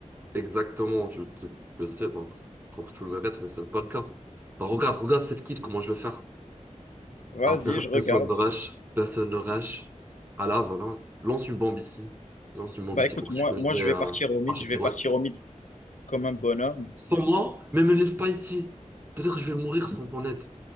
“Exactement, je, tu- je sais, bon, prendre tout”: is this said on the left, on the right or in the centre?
Right